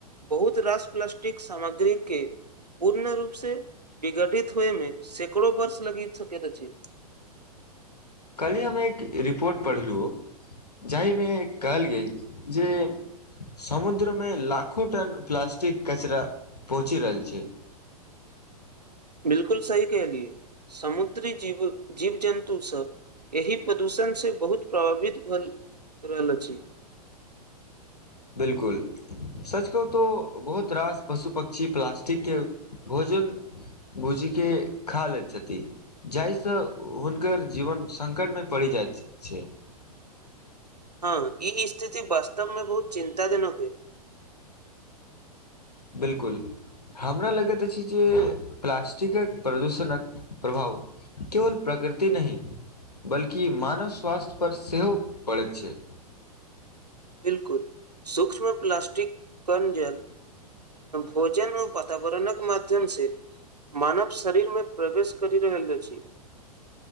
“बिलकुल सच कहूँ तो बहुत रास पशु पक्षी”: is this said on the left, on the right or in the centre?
Left